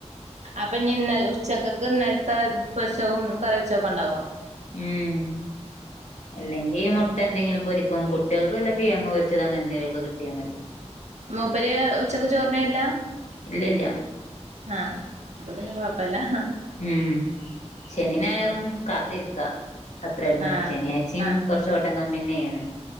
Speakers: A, on the right; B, on the left.
A: അപ്പൊ ഇനി ഇന്നല് ഉച്ചക്ക്ക് ഇന്നല്ത്തെ പൊരിച്ചവും കറിവെചോക്കെണ്ടാവോ?
B: ഉം അല്ലേഗ് ഈ മുട്ട ന്തെയ്ലും പൊരിക്കും കുട്ടിയൾക്ക് വല്ല കിഴങ് പൊരിച്ചത ങ്ങനെന്തെലൊക്കെ കിട്ടിയമതി
A: മൂപ്പര് ഉച്ചക്ക് ചോർന് വര്ല്ല?
B: ഇല്ലല്ല
A: ആഹ് അപ്പൊ പിന്നെ കൊയപ്പല്ലാ
B: ഉം ശനി ഞായറും കാത്തിര്ക്കാ അത്രാനും
A: ആഹ്
B: ശനിയാഴ്ച്ചിം
A: ആഹ്
B: കൊർച്ചോട്ടം കമ്മിയെന്നെണ്